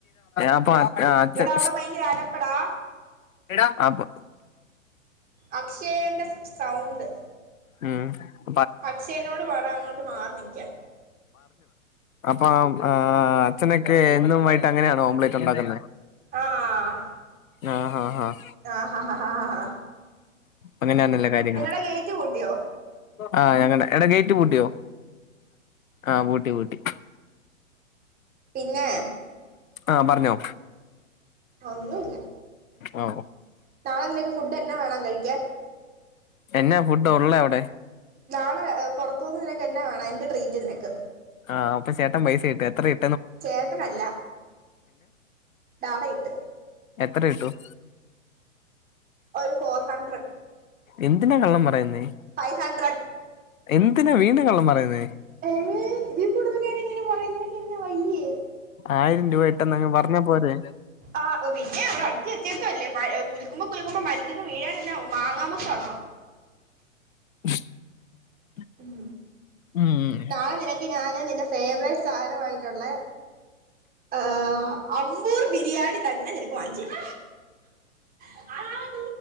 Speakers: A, on the left (about 85°); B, on the right (about 20°).
A: അപ്പൊ അച്ഛൻ
B: എടാ അവിടെ ഭയങ്കര അലപ്പടാ
A: എടാ ആപ്പ്
B: അക്ഷയെന്റെ സൗണ്ട്
A: ആഹ്
B: അക്ഷേനോട് പറ അങ്ങോട്ട് മാറി നിൽക്കാൻ
A: അപ്പം ആ അച്ഛനൊക്കെ എന്നുംമായിട്ട് അങ്ങനെ- ഓംലൈറ്റ് ഉണ്ടാക്കുന്നേ
B: ആഹ്
A: ആഹ് ആഹഹ് ആഹ്
B: ആഹ് ഹ ഹ ഹ
A: അങ്ങനെയാണല്ലേ കാര്യങ്ങൾ
B: നിങ്ങളെ ഗേയ്റ്റ് കൂട്ടിയോ
A: ആഹ് ഞങ്ങടെ എടാ ഗേറ്റ് പൂട്ടിയോ ആഹ് പൂട്ടി പൂട്ടി
B: പിന്നെ
A: ആഹ് പറഞ്ഞോ
B: ഒന്നുല്ല
A: ഓ
B: നാളെ നിനക്ക് ഫുഡ് എന്നാ വേണം കഴിക്കാൻ
A: എന്നാ ഫുഡ് ഉള്ളേ അവിടെ
B: നാളെ പുറത്തൂന്ന് നിനക്കെന്നാ വേണം എന്റെ ട്രീറ്റ് നിനക്ക്
A: ആഹ് അപ്പ ചേട്ടൻ പൈസിട്ട് എത്ര ഇ
B: ചേട്ടനല്ല നാടയിട്ട്
A: എത്ര ഇടും
B: ഒരു ഫോർ ഹഡ്രഡ്
A: എന്തിനാ കള്ളം പറയുന്നേ
B: ഫൈവ് ഹഡ്രഡ്
A: എന്തിനാ വീണ്ടും കള്ളം പറയുന്നേ
B: ഏ ഇതി കൂടുതൽ ഞാനെങ്ങെനെ പറയും നീനക്കെന്നാ വയ്യേ
A: ആയിരം രൂപ ഇട്ടെന്നങ്ങ് പറഞ്ഞാ പോരെ
B: ആ പിന്നെ അവടെ അടിച്ചു വെച്ചേക്ക അല്ലേ കുല്ക്കുമ്പോ കുല്ക്കുമ്പോ മരത്തിന്ന് വീഴൻന്നെ മാങ്ങാ മുത്താണോ
A: <inaudible>
B: ഉം
A: ഉം
B: നാളെ നിനക്ക് ഞാാന് നിന്റെ ഫേവററ്റ് സ് സാരമായിട്ടുള്ള ഏഹ് അമ്പൂർ ബിരിയാണി തന്നെ നിനക്ക് വാങ്ങിച്ചും ആഹ്